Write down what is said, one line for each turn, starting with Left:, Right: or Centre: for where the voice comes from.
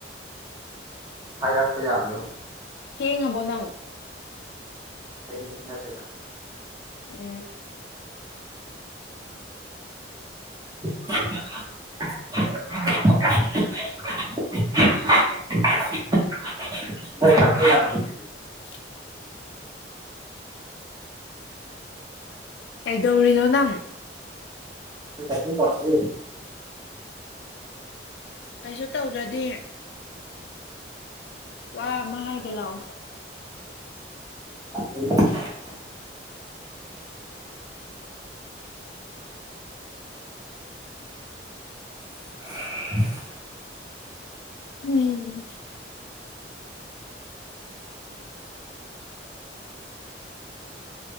Right: ꯍꯥꯏꯔꯛꯄ ꯌꯥꯕ꯭ꯔꯣ
Left: ꯊꯦꯡꯉꯕꯣ ꯅꯪ
Right: ꯊꯦꯡꯕꯗꯤ ꯅꯠꯇꯦꯗ
Left: ꯎꯝ
Right: <unintelligible> <unintelligible>
Left: <unintelligible> ꯀꯩꯗꯧꯔꯤꯅꯣ ꯅꯪ
Right: ꯑꯩ ꯇꯥꯏꯄꯤꯡ ꯇꯧꯔꯤꯌꯦ
Left: ꯀꯩꯁꯨ ꯇꯧꯗ꯭ꯔꯗꯤ ꯋꯥ ꯑꯃ ꯍꯥꯏꯒꯦ ꯂꯥꯎ
Right: <unintelligible> <unintelligible>
Left: ꯎꯝ